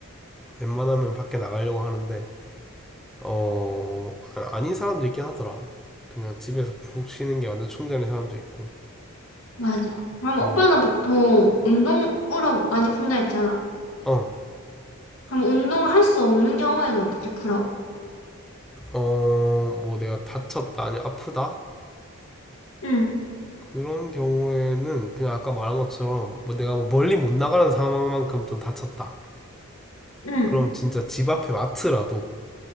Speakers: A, in the centre; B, on the left.
A: 웬만하면 밖에 나가려고 하는데 어 아- 닌 사람도 있긴 하더라. 그냥 집에서 푹 쉬는 게 완전 충전인 사람도 있고.
B: 맞아. 그럼 오빠는
A: 음.
B: 보통 운동으로 많이 푼다 했잖아?
A: 어,
B: 그럼 운동을 할 수 없는 경우에는 어떻게 풀어?
A: 어, 뭐 내가 다쳤다, 아니 아프다?
B: 응,
A: 그런 경우에는 그냥 아까 말한 것처럼 뭐 내가 뭐 멀리 못 나가는 상황만큼 좀 다쳤다.
B: 응,
A: 그럼 진짜 집 앞에 마트라도